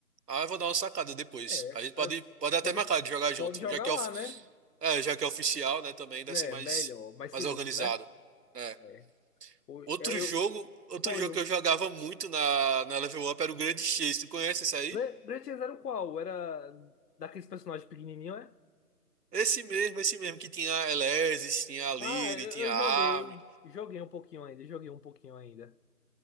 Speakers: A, on the right (about 80°); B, on the left (about 80°).
A: Ah, eu vou dar uma sacada depois.
B: É,
A: A gente
B: as-
A: pode, pode até
B: pode,
A: marcar de jogar junto,
B: pode jogar
A: já que
B: lá,
A: é, of-
B: né?
A: é, já que é oficial, né? Também deve
B: É,
A: ser mais,
B: melhor, mais
A: mais
B: seguro,
A: organizado.
B: né?
A: É.
B: É. O-
A: Outro
B: Eu, eu-
A: jogo, outro
B: qual
A: jogo
B: jogo?
A: que eu jogava muito na, na Level Up era o Grande Chase. Tu conhece esse aí?
B: Gran Gran Theft qual? Era daqueles personagens pequenininhos, é?
A: Esse mesmo, esse mesmo que tinha Elesis, tinha a Liri,
B: Ah, eu,
A: tinha
B: eu
A: a
B: joguei,
A: Armin.
B: joguei um pouquinho ainda, joguei um pouquinho ainda.